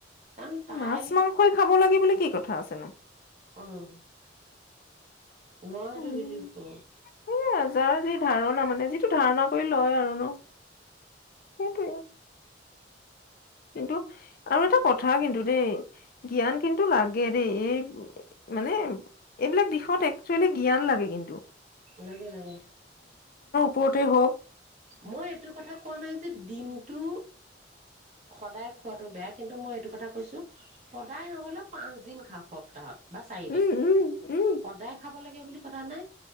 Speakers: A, on the right; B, on the left.
A: কাৰণ তাই
B: মাছ, মাংসই খাব লাগে বুলি কি কথা আছে নো।
A: অ' মই
B: উম
A: সেইটো বিলিফ কৰোঁ।
B: এ যাৰ যি ধাৰণা মানে, যিটো ধাৰণা কৰি লয় আৰু ন। সেইটোৱে কিন্তু, আৰু এটা কথা কিন্তু দেই জ্ঞান, কিন্তু লাগে দেই এই মানে এইবিলাক দিশত একচুৱেলি জ্ঞান লাগে কিন্তু।
A: লাগে লাগে।
B: স্পৰ্টেই হওঁক।
A: মই এইটো কথা কোৱা নাই যে দিনটো সদায় খোৱাতটো বেয়া, কিন্তু মই এইটো কথা কৈছো, সদায় নহ'লেও পাঁচদিন খাওঁ সপ্তাহত। বা চাৰি
B: উম
A: দিন
B: উম উম
A: সদায় খাব লাগে বুলি। কথা নাই